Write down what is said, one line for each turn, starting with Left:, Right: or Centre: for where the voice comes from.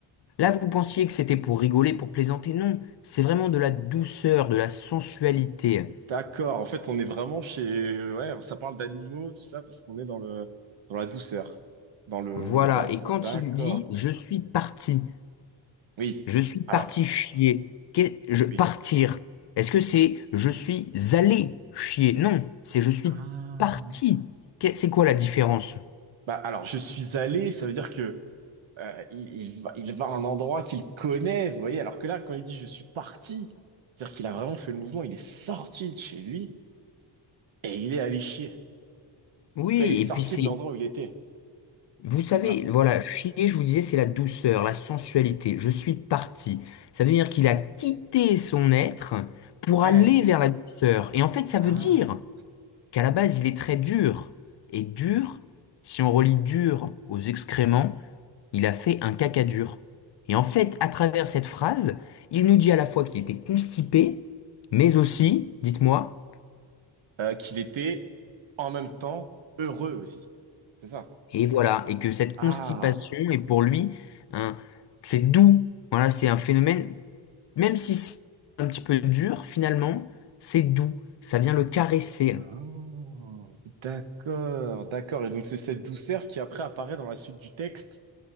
Left: Là, vous pensiez que c'était pour rigoler, pour plaisanter. Non, c'est vraiment de la douceur, de la sensualité.
Right: d'accord. En fait, on est vraiment chez, ouais, ça parle d'animaux, tout ça, parce qu'on est dans le, dans la douceur, dans le,
Left: Voilà,
Right: le- la joie.
Left: et quand
Right: D'accord.
Left: il dit je suis parti,
Right: Oui.
Left: je suis parti
Right: Alors,
Left: chier, qu'est- je partir,
Right: oui.
Left: est-ce que c'est je suis allé chier? Non, c'est je suis
Right: Ah.
Left: parti. Qu'est- C'est quoi la différence?
Right: Bah, alors, je suis allé, ça veut dire que euh, il, il va, il va à un endroit qu'il connaît, vous voyez, alors que là, quand il dit je suis parti, c'est-à-dire qu'il a vraiment fait le mouvement, il est sorti de chez lui et il est allé chier.
Left: Oui,
Right: Parce qu'il est sorti
Left: et puis c'est,
Right: de l'endroit où il était.
Left: vous savez,
Right: Voilà.
Left: voilà, chier, je vous disais, c'est la douceur, la sensualité. Je suis parti. Ça veut dire qu'il a quitté son être pour
Right: Ouais.
Left: aller vers la douceur. Et en fait, ça
Right: Ah.
Left: veut dire qu'à la base, il est très dur. Et dur, si on relie dur aux excréments, Il a fait un caca dur. Et en fait, à travers cette phrase, il nous dit à la fois qu'il était constipé, mais aussi, dites-moi,
Right: Euh, qu'il était en même temps heureux aussi. C'est ça.
Left: et voilà, et que cette
Right: Ah.
Left: constipation est pour lui un, c'est doux. Voilà, c'est un phénomène, même si c'est un petit peu dur, finalement, c'est doux. Ça vient le caresser.
Right: Ah. D'accord, d'accord. Et donc, c'est cette douceur qui après apparaît dans la suite du texte